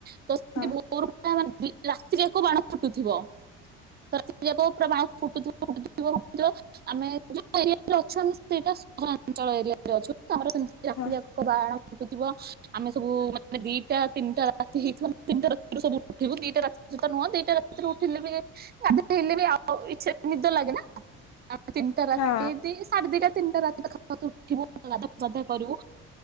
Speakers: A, on the right; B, on the left.
A: ତ ସେ
B: ହଁ
A: ଭୋର ପୁରା ମାନେ ରାତିରେ ଯାକ ବାଣ ଫୁଟୁଥିବ ତ ରାତିଯାକ ପୁରା ବାଣ ଫୁଟୁଥିବ ଫୁୁଟୁଥିବ ଫୁଟୁଥିବ ଆମେ ଯୋଉ ଏରିଆରେ ଅଛୁ ଆମେ ସେଇଟା ସହରାଞ୍ଚଳ ଏରିଆ। ରେ ଅଛୁ ଆମର ସେମିତି ରାତି
B: ହଁ
A: ଯାକ ବାଣ ଫୁଟୁଥିବ ଆମେ ସବୁ ମାନେ ଦିଟା ତିନଟା ରାତି ହେଇଥିବ ତିନଟା ରାତିରେ ସବୁ ଉଠିବୁ ଦିଟ ରାତିରେ ତ ନୁହଁ ଦିଟା ରାତିରେ ଉଠିଲେ ବି <unintelligible> ହେଲେ ବି ଆଉ ଇଛା ନିଦ ଲାଗେ ନା? ତିନଟା ରାତି
B: ହଁ
A: ଦି ସାଢେ ଦିଟା ତିନଟା ରାତି ପାଖା ଉଠିବୁ ଗାଧାବାଧା କରିବୁ।